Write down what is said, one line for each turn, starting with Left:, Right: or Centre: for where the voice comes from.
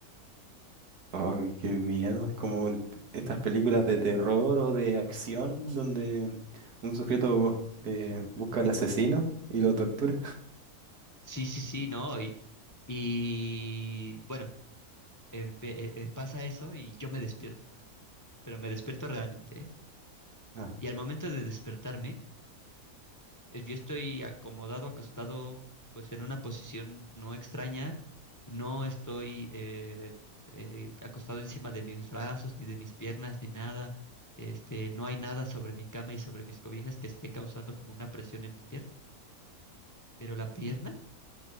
Right: oh, qué miedo. Es como estas películas de terror o de acción donde un sujeto eh, busca al asesino y lo tortura.
Left: Sí, sí, sí, no, y, y bueno, empe- eh, eh, pasa eso y yo me despierto, pero me despierto realmente, ¿eh?
Right: Ah,
Left: Y al momento de despertarme eh, Yo estoy acomodado, acostado, pues en una posición no extraña. No estoy eh, eh, acostado encima de mis brazos, ni de mis piernas, ni nada. Este, no hay nada sobre mi cama y sobre mis cobijas que esté causando como una presión en mi pierna. Pero la pierna,